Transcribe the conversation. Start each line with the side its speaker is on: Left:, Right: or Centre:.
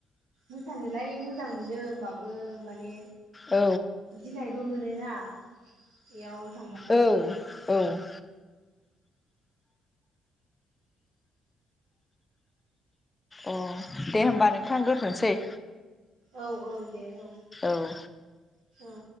Right: मोसानोलाय मोजां मोनो होनोमबाबो माने
Left: औ
Right: गिनायबो मोनोना बेयाव थांबाथाय
Left: औ औ। अ दे होमबा नोंथां दोनथ'सै।
Right: औ औ दे औ
Left: औ
Right: औ।